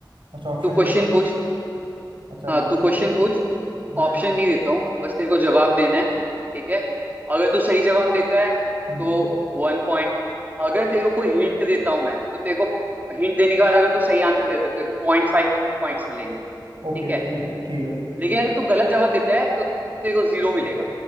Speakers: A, on the right (about 85°); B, on the right (about 20°).
A: अच्छा ऑप्शन
B: तू क्वेश्चन
A: नहीं
B: पूछ
A: अच्छा
B: हाँ तू क्वेश्चन पूछ
A: मैं
B: ऑप्शन नहीं देता हूँ बस तेरे को जवाब देना है ठीक है अगर तू सही जवाब देता है
A: हम्म,
B: तो वन पॉइंट अगर तेरे को कोई हिंट देता हूँ मैं तो तेरे को हिंट देने के बाद अगर तू सही आंसर देता है तो तेरे को पॉइंट फाइव पॉइंट्स मिलेंगे
A: ओके
B: ठीक है
A: ठीक है ठीक है
B: लेकिन अगर तू गलत जवाब देता है तो तेरे को जीरो मिलेगा